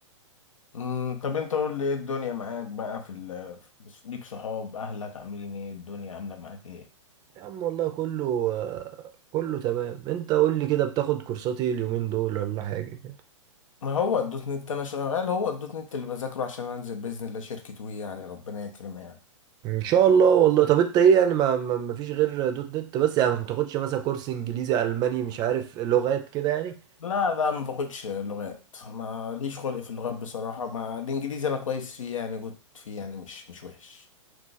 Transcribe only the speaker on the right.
يا عم والله كله آه، كله تمام انت قول لي كده بتاخد كورسات ايه اليومين دول ولا حاجة كده
ان شاء الله والله طب انت ايه يعني ما ما ما فيش غير دوت نت بس يعني ما بتاخدش مثلا كورس انجليزي الماني مش عارف لغات كده يعني